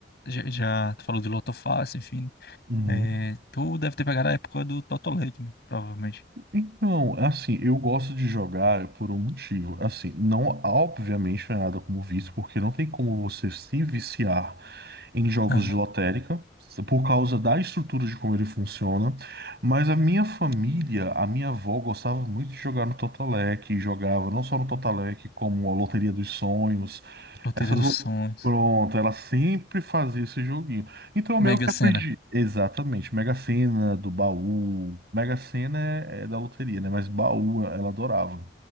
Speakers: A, on the left; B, on the right.
A: Já, já tu falou de Lotofácil, enfim.
B: Uhum.
A: né? É, tu deve ter pegado a época do Totolec, né? Provavelmente.
B: Então, é assim, eu gosto de jogar por um motivo. Assim, não, obviamente, não é nada como vício, porque não tem como você se viciar em jogos
A: Aham.
B: de lotérica, por causa da estrutura de como ele funciona. Mas a minha família, a minha avó, gostava muito de jogar no Totolec, e jogava não só no Totolec, como a Loteria dos Sonhos.
A: Loteria
B: Essas
A: dos
B: lou-
A: Sonhos.
B: Pronto, ela sempre fazia esse joguinho. Então eu
A: Mega
B: meio que aprendi.
A: Sena.
B: Exatamente. Mega Sena do baú. Mega Sena é, é da loteria, né? Mas baú ela adorava.